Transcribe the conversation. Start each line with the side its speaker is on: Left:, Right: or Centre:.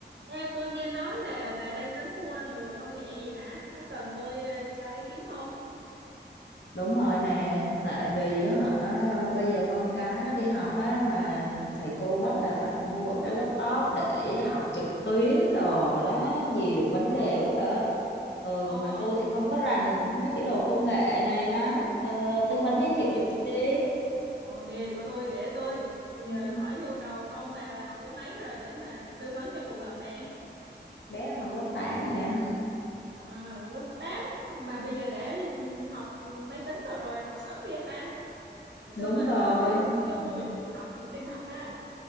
Right: Ê, tôi nghe nói là bà đang tính mua đồ công nghệ gì hả? Có cần tôi ờ, cho ý kiến không?
Left: Đúng rồi nè, tại vì á hả bây giờ con cái nó đi học á mà thầy cô bắt là phải mua cái laptop để học trực tuyến đồ đó, nhiều vấn
Right: Ồ,
Left: đề quá bà ơi. Ừ
Right: ồ,
Left: mà tôi thì không có rành mấy cái đồ công nghệ này lắm. Ờ, tư
Right: ồ,
Left: vấn giới thiệu giùm tôi đi.
Right: ồ, nghề của tôi để tôi. Bây giờ
Left: Ừ,
Right: hỏi nhu cầu con bà là học lớp mấy rồi để mà tư vấn cho phù hợp nè.
Left: bé học lớp tám nè.
Right: À, lớp 8 mà bây giờ đã học máy tính rồi rồi, học sớm ghê ta. Hồi xưa
Left: Đúng
Right: mình
Left: rồi.
Right: tới ờ, lớp
Left: Ừ.
Right: mười mình mới học tin học ha.